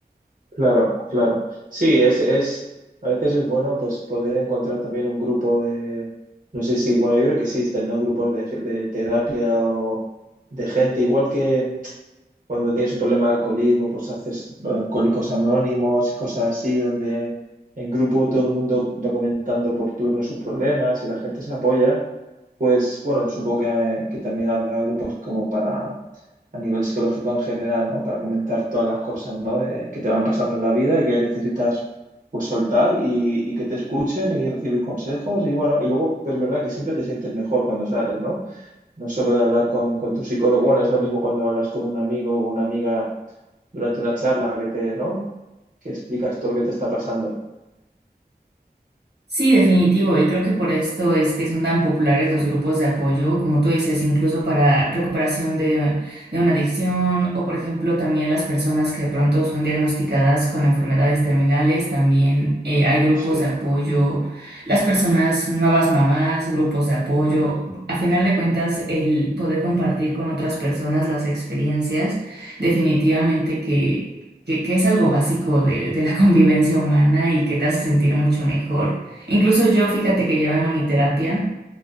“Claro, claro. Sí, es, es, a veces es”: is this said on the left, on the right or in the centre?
Right